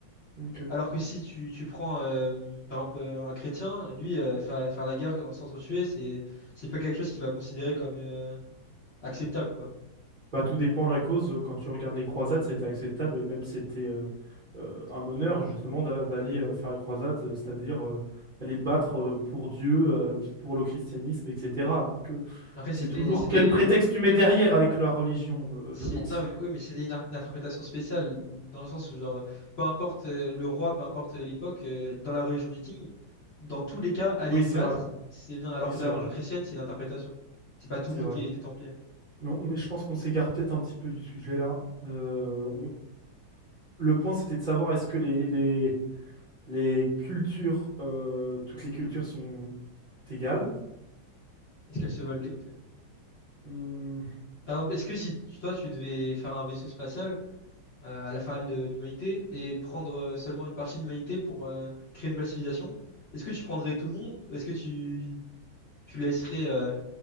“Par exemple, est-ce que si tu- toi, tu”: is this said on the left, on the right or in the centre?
Left